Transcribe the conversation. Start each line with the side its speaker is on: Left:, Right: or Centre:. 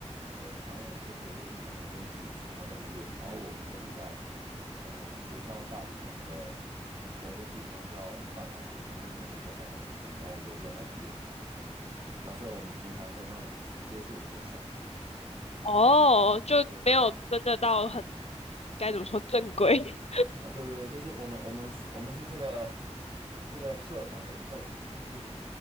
Right: 有反正我们就是有一个地方有一面镜子，然后在那边练。然后我们都是在我们学校大礼堂的有一个地方叫贩卖机，因为那边很多台贩卖机，然后我们都是在那里练。然后所以我们平常跟他们接触比较少。
Left: 哦，就没有真的到很
Right: 对。
Left: 该怎么说正规。
Right: 啊，对对对，就是我们我们是我们是这个这个社团的一份子，<laughs> 但是